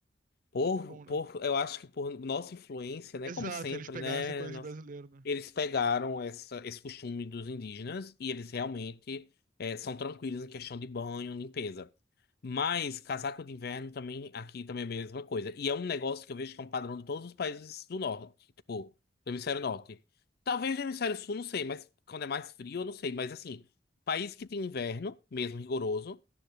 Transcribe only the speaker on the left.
Por,
por,
eu acho que por nossa influência, né?
Como sempre,
né?
nós-
eles pegaram essa, esse costume dos indígenas e eles realmente é, são tranquilos em questão de banho, limpeza. Mas casaco de inverno também, aqui também é a mesma coisa. E é um negócio que eu vejo que é um padrão de todos os países do norte, tipo, do hemisfério norte. Talvez do hemisfério sul, não sei, mas quando é mais frio, eu não sei. Mas assim, país que tem inverno, mesmo rigoroso.